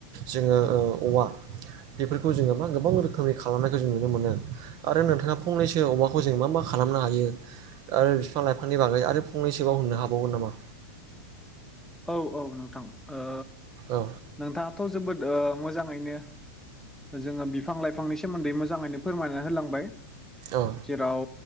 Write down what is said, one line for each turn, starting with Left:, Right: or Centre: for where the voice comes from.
Right: जोङो औवा बेफोरखौ जोङो मा गोबां रोखोमनि खालामनायखौ जों नुनो मोनो आरो नोंथाङा फंनैसो अमाखौ जों मा मा खालामनो हायो आरो बिफां लाइफांनि बागै आरो फंनैसोबाव होननो हाबावगोन नामा
Centre: औ औ नोंथां ओ
Right: औ
Centre: नोंथाङाथ जोबोद मोजाङैनो जोङो बिफां बिफां लाइफांनि सोमोन्दै मोजाङैनो फोरमायना होलांबाय
Right: औ
Centre: जेराव